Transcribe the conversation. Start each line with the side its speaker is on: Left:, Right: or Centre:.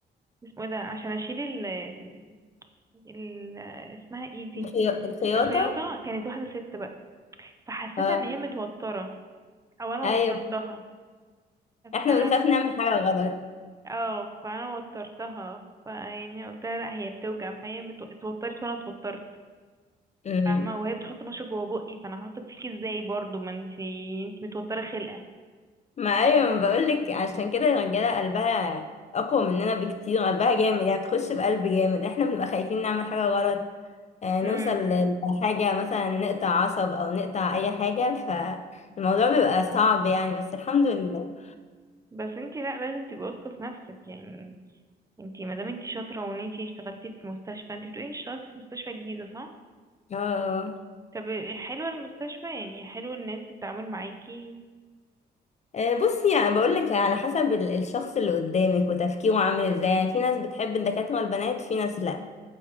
Right: اسمه ايه ده عشان اشيل ال... ال... ال... اسمها ايه دي
Left: الخيو... الخياطة
Right: الخياطة كانت واحدة ست فحسيت
Left: اه
Right: ان هي متوترة او انا
Left: أيوة
Right: وترتها
Left: احنا
Right: ف
Left: بنخاف نعمل حاجة غلط
Right: اه فانا وترتها فيعني قلت لها لا هي بتوجع فهي مت... اتوترت وانا اتوترت
Left: مم.
Right: فاهمة وهي بتحط مشط جوه بقي فانا هثق فيكي ازاي برضو ما انتي انتي متوترة خلقة
Left: ما أيوة ما بقولك عشان كده الرجالة قلبها أقوى مننا بكتير قلبها جامد يعني بتخش بقلب جامد احنا بنبقى خايفين نعمل حاجة غلط آه، نوصل
Right: امم
Left: لحاجة مثلا نقطع عصب أو نقطع أي حاجة فالموضوع بيبقى صعب يعني بس الحمد لله
Right: بس انتي لا لازم تبقي واثقة في نفسك يعني انتي مادام انتي شاطرة وان انتي اشتغلتي في مستشفى انتي بتقولي انتي اشتغلتي في مستشفى جديدة صح؟
Left: اه
Right: طب حلوة المستشفى يعني حلو الناس التعامل معاكي
Left: آه، بصي يعني بقولك على حسب ال- الشخص اللي قدامك وتفكيره عامل ازاي يعني في ناس بتحب الدكاترة البنات في ناس لا